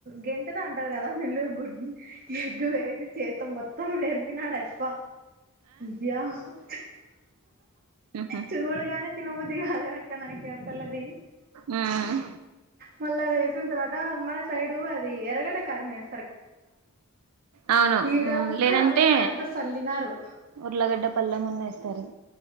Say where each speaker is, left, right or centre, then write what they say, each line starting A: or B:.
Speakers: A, on the right; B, on the right.
A: గింటెతో అంటారు కదా వీళ్ళు గు ఎగ్గు వేసి చేత మొత్తం త మీరుపినాడయిప్ప బ
B: ఆ
A: చూడగానే తినుముది కాలేనక్క నాకు అసలు అది
B: ఉమ్
A: మళ్ళీ అది వేసిన తర్వాత మన సైడు అది ఎరగడే కారంమేస్త
B: అవును
A: ఈడ
B: లేదంటే
A: కారం పొడి అంతా సల్లినారు
B: ఉర్లగడ్డ పల్లెం మన్న చెస్తారు